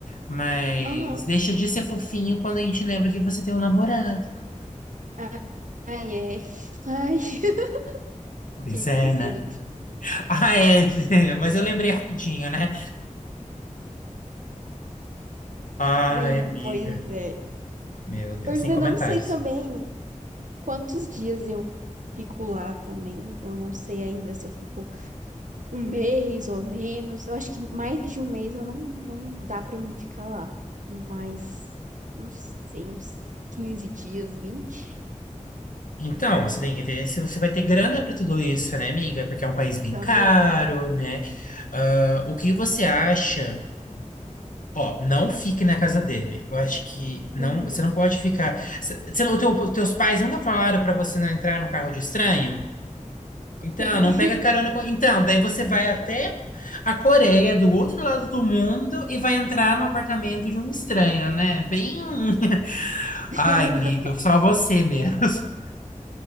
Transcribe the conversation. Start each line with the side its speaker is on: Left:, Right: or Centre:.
Left: Mas
Right: Aham.
Left: deixa de ser fofinho quando a gente lembra que você tem um namorado.
Right: Ai, ai, é. Ai, <laughs>
Left: Pois
Right: tinha esquecido.
Left: é, né? Ah, é, <laughs> mas eu lembrei rapidinho, né? Ai,
Right: Sim,
Left: amiga.
Right: pois é.
Left: Meu Deus,
Right: Eu ainda
Left: sem comentários.
Right: não sei também quantos dias eu fico lá também. Eu não sei ainda se eu fico um mês ou menos. Eu acho que mais de um mês eu não, não dá pra mim ficar lá. Mas, não sei, uns 15 dias, 20.
Left: Então, você tem que ver se você vai ter grana para tudo isso, né, amiga? Porque é um país bem
Right: Também.
Left: caro, né? Ah, o que você acha? Ó, não fique na casa dele. Eu acho que não,
Right: Uhum.
Left: você não pode ficar. Você, você não- o teu- os teus pais nunca falaram para você não entrar no carro de estranho? Então,
Right: Sim.
Left: não pega carona com. Então, daí você vai até a Coreia, do outro lado do mundo, e vai entrar no apartamento de um estranho, né? Bem. <laughs>
Right: <laughs>
Left: Ai, amiga, só você mesmo. <laughs>